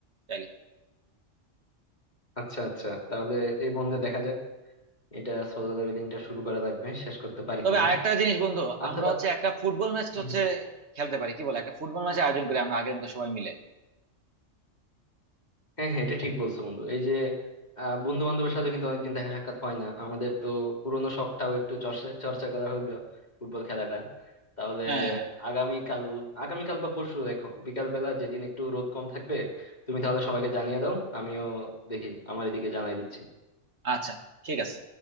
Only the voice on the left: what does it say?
আচ্ছা আচ্ছা তাহলে এই বন্ধে দেখা যাক এটা সোলো লেভেলিংটা শুরু করা লাগবে শেষ করতে পারি
কিনা
আচ্ছা
তাহলে
হুম,
হুম।
হ্যাঁ হ্যাঁ এটা ঠিক বলছো বন্ধু এই যে বন্ধু বান্ধবের সাথে কিন্তু অনেকদিন দেখা সাক্ষাৎ হয় না আমাদের তো পুরোনো শখটাও একটু চর্চা চর্চা করা হলো ফুটবল খেলাটা তাহলে
আগামীকাল আগামীকাল বা পরশু দেখো বিকাল বেলা যেদিন একটু রোদ কম থাকবে তুমি তাহলে সবাইকে জানিয়ে দাও আমিও দেখি আমার এদিকে জানাই দিচ্ছি